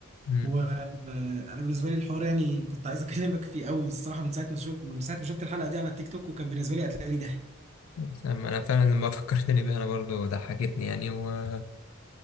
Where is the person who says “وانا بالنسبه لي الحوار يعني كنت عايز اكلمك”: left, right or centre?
Right